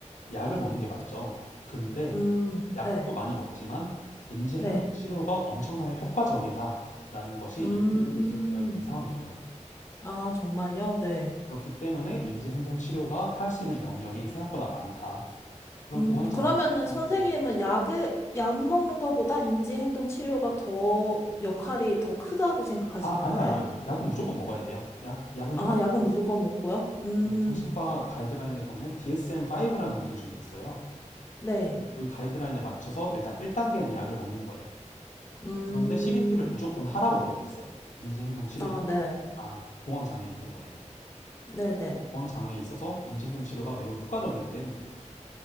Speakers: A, on the left; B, on the left.
A: 약을 먹는 게 맞죠. 근데
B: 음,
A: 약도
B: 네,
A: 많이 먹지만 인지 행동
B: 네.
A: 치료가 엄청나게 효과적이다라는 것이
B: 음,
A: 이미 좀 입증되어 있는 상황이에요.
B: 아, 정말요? 네.
A: 그렇기 때문에 인지 행동 치료가 할 수 있는 영역이 생각보다 많다. 그런
B: 음,
A: 공황 장애
B: 그러면은 선생님은
A: 네.
B: 약을, 약 먹는 것보다 인지행동 치료가 더 역할이 더 크다고 생각하시는
A: 아, 아니요,
B: 거예요?
A: 아니요, 아니요. 약은 무조건 먹어야 돼요. 약, 약은
B: 아,
A: 효과가
B: 약은
A: 좋아요.
B: 무조건 먹고요? 음,
A: 그 정신과 가이드라인에 보면 DSM-5라는 기준이 있어요.
B: 네.
A: 그 가이드라인에 맞춰서 일단 1단계는 약을 먹는 거예요.
B: 음,
A: 그런데 CBT를 무조건 하라고 되어 있어요. 인지행동 치료,
B: 아, 네.
A: 아, 공황장애의 경우에는.
B: 네네.
A: 공황장애에 있어서 인지행동 치료가 매우 효과적이기 때문이에요.